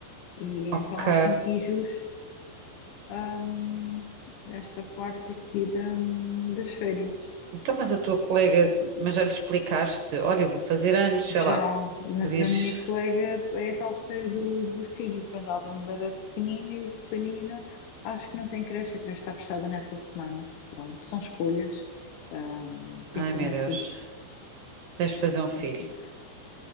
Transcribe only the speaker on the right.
ok.
Então, mas a tua colega, mas já lhe explicaste, olha, eu vou fazer anos,
sei lá,
podias.
Ai
meu
Deus,
tens de fazer um filho.